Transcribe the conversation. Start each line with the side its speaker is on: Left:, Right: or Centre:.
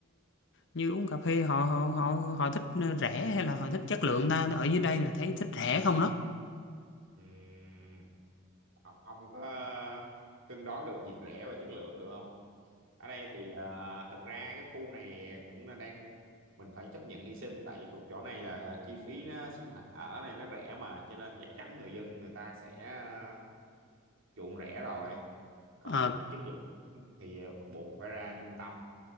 Left: như uống cà phê họ họ họ họ thích rẻ hay là họ thích chất lượng ta ở dưới đây là thấy thích rẻ không đó
Right: ừm, ông, ông có cân đối được việc rẻ và chất lượng được không ở đây thì uh, thực ra cái khu này cũng là đang mình phải chấp nhận hy sinh tại thuộc chỗ này là chi phí nó sinh hoạt ở đây nó rẻ mà cho nên chắc chắn người dân người ta sẽ uh, chuộng rẻ rồi còn
Left: ờ
Right: mà chất lượng thì uh, buộc phải ra trung tâm